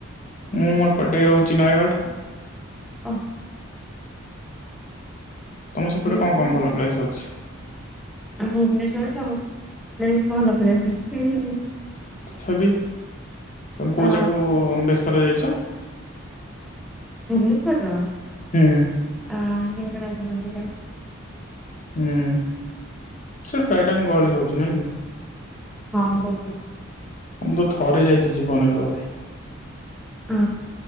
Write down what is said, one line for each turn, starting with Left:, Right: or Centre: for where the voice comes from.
Left: ମୁଁ ଏପଟେ ରହୁଚି ନୟାଗଡ଼
Centre: ଓହ
Left: ତମ ସେପଟେ
Centre: ଏମିତି
Left: କଣ କଣ ଭଲ ପ୍ଲେସ୍ ଅଛି।
Centre: ଆମ ଭୁବନେଶ୍ୱରରେ ସବୁ ପ୍ଲେସ୍ ଭଲ ସେଥିରେ <unintelligible>
Left: ହେଁ ବେକ୍ ତମେ କୋଉ
Centre: ଅ
Left: ଯାଗାକୁ ବ୍ୟସି ଥର ଯାଇଚ
Centre: ଭୁବନେଶ୍ଵର
Left: ହୁଁ
Centre: ଆଁ ଲିଙ୍ଗରାଜ୍ ମନ୍ଦିର
Left: ହୁଁ <unintelligible> ଗହଳି ରହୁଚି ନାଇଁ କି
Centre: ହଁ ବହୁତ୍
Left: ମୁଁ ତ ଥରେ ଯାଇଚି ଜୀବନ ରେ ଅଧୋ।
Centre: ଅ